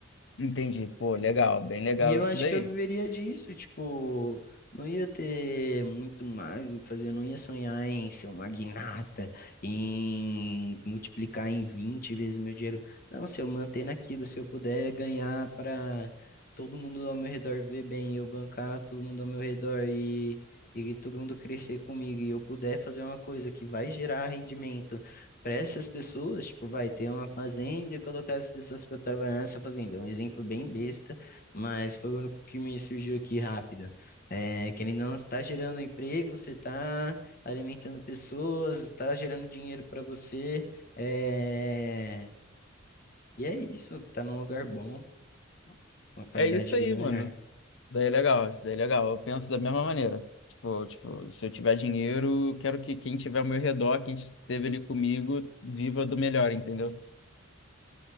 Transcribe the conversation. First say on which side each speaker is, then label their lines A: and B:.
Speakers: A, on the left (about 65°); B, on the left (about 45°).
A: entende? Pô, legal, bem legal
B: E eu
A: isso
B: acho
A: daí.
B: que eu viveria disso, tipo, não ia ter muito mais o que fazer, eu não ia sonhar em ser um magnata, em multiplicar em 20 vezes meu dinheiro. Não, se eu manter naquilo, se eu puder ganhar para todo mundo ao meu redor ver bem, eu bancar todo mundo ao meu redor e, e todo mundo crescer comigo, e eu puder fazer uma coisa que vai gerar rendimento. Para essas pessoas, tipo, vai ter uma fazenda e colocar as pessoas para trabalhar nessa fazenda. É um exemplo bem besta, mas foi o único que me surgiu aqui rápido. É, querendo ou não, você está gerando emprego, você está alimentando pessoas, está gerando dinheiro para você. é, E é isso, tá num lugar bom, uma qualidade
A: É isso
B: de
A: aí,
B: vida
A: mano.
B: melhor.
A: Daí é legal, isso daí é legal. Eu penso da mesma maneira. Tipo, tipo, se eu tiver dinheiro, eu quero que quem tiver ao meu redor, quem esteve ali comigo, viva do melhor, entendeu?